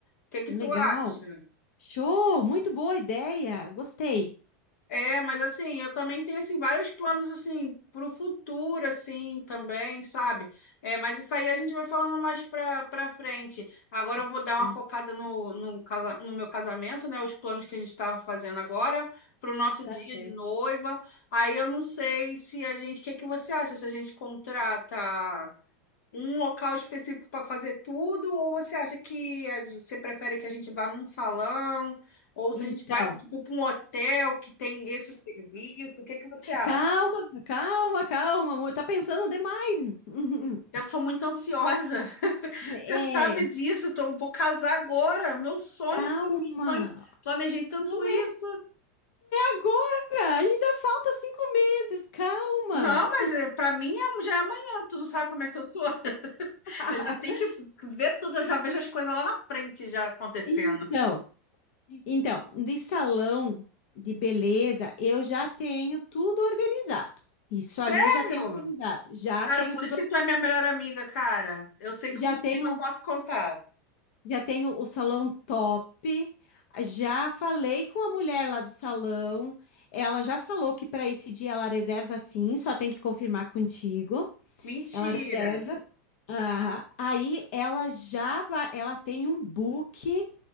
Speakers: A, on the left; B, on the left.
A: O que que
B: legal.
A: tu acha?
B: Show, muito boa ideia. Gostei.
A: É, mas assim, eu também tenho assim vários planos assim para o futuro assim também, sabe? É, mas isso aí a gente vai falando mais para para frente. Agora eu
B: Sim,
A: vou dar uma focada no, no, casa- no meu casamento, né? Os planos que a gente está fazendo agora para o nosso
B: tá
A: dia
B: certo.
A: de noiva. Aí eu não sei se a gente, o que que você acha? Se a gente contrata um local específico para fazer tudo, ou você acha que a gen- você prefere que a gente vá num salão, ou se
B: Então,
A: a gente vai tipo, para um hotel que tem esse serviço? O que que você acha?
B: calma, calma, calma, amor. Tá pensando demais. <laughs>
A: Eu sou muito ansiosa, <laughs>
B: É,
A: você sabe disso. eu Tô, eu vou casar agora, meu sonho,
B: calma.
A: assim, meu sonho. Planejei tanto
B: Não
A: isso.
B: é agora. Ainda falta cinco meses. Calma.
A: Não, mas para mim é- já é amanhã, tu não sabe como é que eu sou. <laughs>
B: <laughs>
A: Eu já tenho que ver tudo, eu já vejo as coisas lá na frente já acontecendo.
B: Então, Então, de salão de beleza, eu já tenho tudo organizado. Isso
A: Sério?
B: ali eu já tenho organizado. Já
A: Cara,
B: tenho
A: por
B: tudo,
A: isso que tu é minha melhor amiga, cara. Eu sei que
B: já
A: contigo
B: tenho,
A: eu posso contar.
B: já tenho o salão top. Já falei com a mulher lá do salão. Ela já falou que para esse dia ela reserva sim, só tem que confirmar contigo.
A: Mentira.
B: Ela reserva. Ah, aí ela já vai, ela tem um book